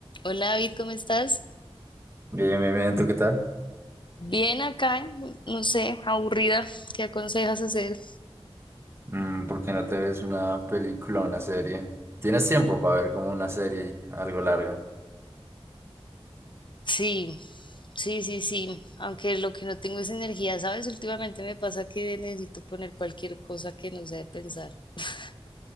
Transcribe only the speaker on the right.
Bien, bien, bien, ¿tú qué tal?
Mm, ¿por qué no te ves una película o una serie? ¿Tienes tiempo para ver como una serie algo larga?